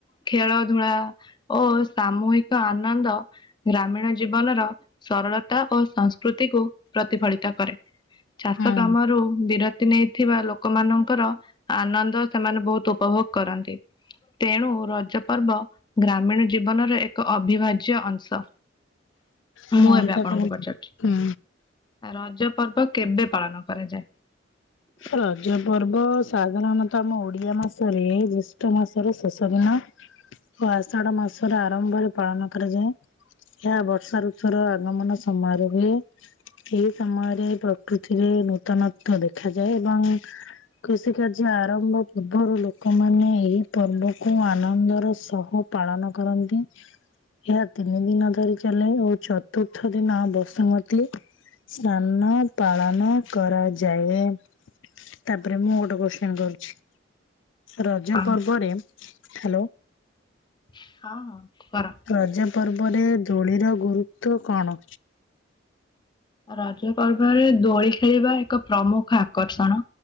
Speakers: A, on the left; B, on the left.
A: ଖେଳ ଧୂଳା ଓ ସାମୂହିକ ଆନନ୍ଦ ଗ୍ରାମୀଣ ଜୀବନର ସରଳତା ଓ ସଂସ୍କୃତି କୁ ପ୍ରତିଫଳିତ କରେ ଚାଷ
B: ହଁ
A: କାମରୁ ବିର ତି ନେଇ ଥିବା ଲୋକମାନଙ୍କର ଆନନ୍ଦ ସେମାନେ ବହୁତ ଉପଭୋଗ କରନ୍ତି। ତେଣୁ ରଜ ପର୍ବ ଗ୍ରାମୀଣ ଜୀବନର ଏକ ଅବିଭାଜ୍ୟ ଅଂଶ। ମୁଁ
B: ହଁ
A: ଏବେ
B: ତାପରେ
A: ଆପଣଙ୍କୁ ପଚାରୁଛି।
B: ହୁଁ
A: ଆ ରଜ ପର୍ବ କେବେ ପାଳନ କରାଯାଏ।
B: ରଜ ପର୍ବ ସାଧାରଣତଃ ଆମ ଓଡିଆ ମାସରେ ଜେଷ୍ଠ ମାସର ଶେଷ ଦିନ ଓ ଆଷାଢ ମାସରେ ଆରମ୍ଭରେ ପାଳନ କରାଯାଏ। ଏହା ବର୍ଷା ଋତୁ ର ଆଗମନ ସମୟରେ ହୁଏ। ଏଇ ସମୟରେ ପ୍ରକୃତିରେ ନୃତନତ୍ୱ ଦେଖାାଯାଏ ଏବଂ କୃଷି କାର୍ଯ୍ୟ ଆରମ୍ଭ ପୂର୍ବରୁ ଲୋକମାନେ ଏହି ପର୍ବକୁ ଆନନ୍ଦର ସହ ପାଳନ କରନ୍ତି। ଏହା ତିନି ଦିନ ଧରି ଚାଲେ ଓ ଚତୁର୍ଥ ଦିନ ବସୁମତୀ ସ୍ନାନ ପାଳନ କରାଯା ଯାଏ ତାପରେ ମୁଁ ଗୋଟେ କୋଶ୍ଚେନ କରୁଛି। ରଜ
A: ଅ
B: ପର୍ବରେ ହ୍ୟାଲୋ।
A: ହଁ ହଁ କର।
B: ରଜ ପର୍ବରେ ଦୋଳିର ଗୁରୁତ୍ୱ କଣ।
A: ରଜ ପର୍ବରେ ଦୋଳି ଖେଳିବା ଏକ ପ୍ରମୁଖ ଆକର୍ଷଣ